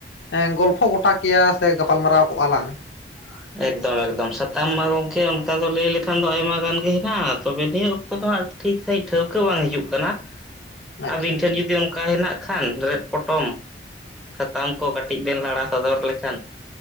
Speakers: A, on the left; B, in the centre.
A: ᱮ ᱜᱚᱞᱯᱷᱚ ᱜᱚᱴᱟ ᱠᱮᱭᱟ ᱥᱮ ᱜᱟᱯᱟᱞ ᱢᱟᱨᱟᱣ ᱠᱚᱜ-ᱟ ᱞᱟᱝ᱾
B: <inaudible> ᱮᱠᱫᱚᱢ ᱮᱠᱫᱚᱢ ᱥᱟᱛᱟᱢ ᱢᱟ ᱜᱚᱝᱠᱮ ᱚᱱᱠᱟ ᱫᱚ ᱞᱟᱹᱭ ᱞᱮᱠᱷᱟᱱ ᱫᱚ ᱟᱭᱢᱟ ᱜᱟᱱ ᱜᱤ ᱦᱮᱱᱟᱜ-ᱟ ᱛᱚᱵᱮ ᱱᱤᱭᱟᱹ ᱚᱠᱛᱚ ᱫᱚ ᱦᱟᱸᱜ ᱴᱷᱤᱠ ᱥᱟᱹᱦᱤᱡᱽ ᱴᱷᱟᱹᱣᱠᱟᱹ ᱵᱟᱝ ᱦᱤᱡᱩᱜ ᱠᱟᱱᱟ᱾
A: ᱟᱪᱪᱷᱟ
B: ᱟᱹᱵᱤᱱ
A: ᱟᱪᱪᱷᱟ
B: ᱴᱷᱮᱱ ᱡᱩᱫᱤ ᱚᱱᱠᱟ ᱦᱮᱸᱱᱟᱜ ᱠᱷᱟᱱ ᱨᱮᱫ ᱯᱚᱴᱚᱢ? ᱥᱟᱛᱟᱢ ᱠᱚ ᱠᱟᱹᱴᱤᱡ ᱵᱮᱱ ᱞᱟᱲᱟ ᱥᱚᱫᱚᱨ ᱞᱮᱠᱷᱟᱱ